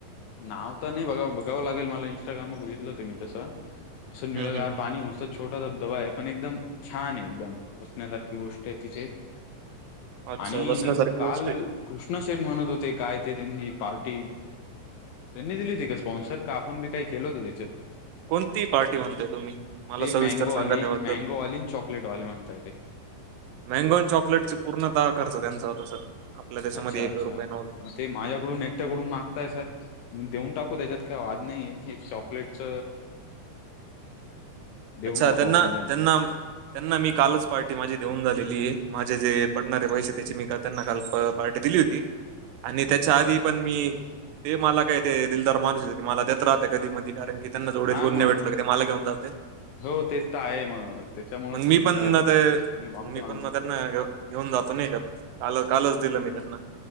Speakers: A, on the left (about 85°); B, on the right (about 80°).
A: नाव तर नाही बघा, बघावं लागेल मला इंस्टाग्राम वर बघितलं होत मी तसं. असं निळगार
B: हम्म हम्म
A: पाणीय मस्त. छोटा धबधबा आहे, पण एकदम छान आहे एकदम, बसण्यासारखी गोष्ट आहे तिथे.
B: अच्छा
A: आणि
B: बसण्यासारखी
A: न,, काल
B: गोष्ट आहे
A: कृष्णशेठ म्हणत होतेऽ काय ते त्यांनी पार्टी,, त्यांनी दिली होती का स्पॉन्सर,, का आपण बी काही केलं होतं त्याच्यातऽ
B: कोणती पार्टी म्हणताय तुम्ही मला
A: ते
B: सविस्तर
A: मँगोवाली,
B: सांगा त्याबद्दल
A: मँगोवाली, चॉकलेट वाले म्हणताय तेऽ
B: मँगोन चॉकलेट चे पूर्णतः खर्च त्यांचा होता सर,, आपल्या त्याच्यामध्ये
A: अच्छा
B: एक
A: अच्छा
B: ही रुपया नव्हता.
A: मग ते माझ्याकडून, एकट्याकडून मागताय सर. देऊन टाकू, त्याच्यात काय वाद नाही ते,, एक चॉकलेटच. देऊन
B: अच्छा,,
A: टाकू
B: त्यांना,
A: आपण
B: त्यांना. त्यांना मी कालच पार्टी माझी देऊन झालेली आहे,, माझे जे पडणारे पैसे,, त्याचे मी त्यांना कालऽ पार्टी दिली होती. आणि त्याच्या
A: अच्छा
B: आधी
A: अच्छा
B: पण मी,, ते मला काय ते दिलदार माणूस येते, मला देत राहत कधी मधीऽ कारण की त्यांना जोडीला
A: हा
B: कोणी
A: मग
B: नाही भेटलं का ते मला घेऊन जाते.
A: हो तेच तर आहे मग,, त्याच्यामुळच
B: मग मी
A: तर तुम्ही
B: पण
A: केला घडच,
B: ते
A: तुम्ही बामटे
B: मी
A: माणसऽ
B: पण मग त्यांना घेऊ घेऊन जातो नाही का,, आपण काल कालच दिलं मी त्यांना.